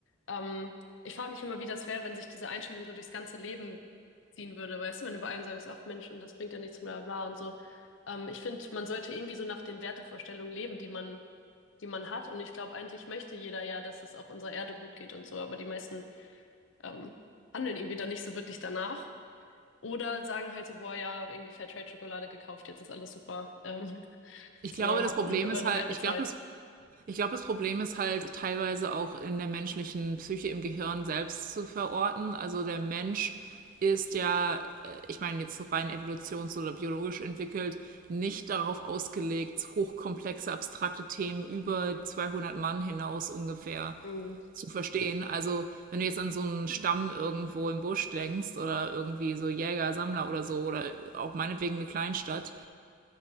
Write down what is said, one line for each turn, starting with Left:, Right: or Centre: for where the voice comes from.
Left: ähm, ich frage mich immer, wie das wäre, wenn sich diese Einstellung so durchs ganze Leben ziehen würde, weißt du, wenn du bei einem sagst, ach Mensch, und das bringt ja nichts, bla bla bla und so. Ähm, ich finde, man sollte irgendwie so nach den Wertevorstellungen leben, die man die man hat. Und ich glaube, eigentlich möchte jeder ja, dass es auch unserer Erde gut geht und so, aber die meisten ähm, handeln irgendwie dann nicht so wirklich danach. Oder sagen halt so, boah, ja, irgendwie Fairtrade-Schokolade gekauft, jetzt ist alles super. Ähm,
Right: Ich
Left: so,
Right: glaube, das
Left: habt
Right: Problem
Left: einen Euro
Right: ist halt,
Left: mehr bezahlt.
Right: ich glaube, das, ich glaube, das Problem ist halt teilweise auch in der menschlichen Psyche im Gehirn selbst zu verorten. Also der Mensch ist ja, äh, ich meine, jetzt so rein evolutions- oder biologisch entwickelt, nicht darauf ausgelegt, hochkomplexe, abstrakte Themen über 200 Mann hinaus ungefähr
Left: Mhm.
Right: zu verstehen. Also, wenn du jetzt an so einen Stamm irgendwo im Busch denkst oder irgendwie so Jäger, Sammler oder so oder auch meinetwegen eine Kleinstadt,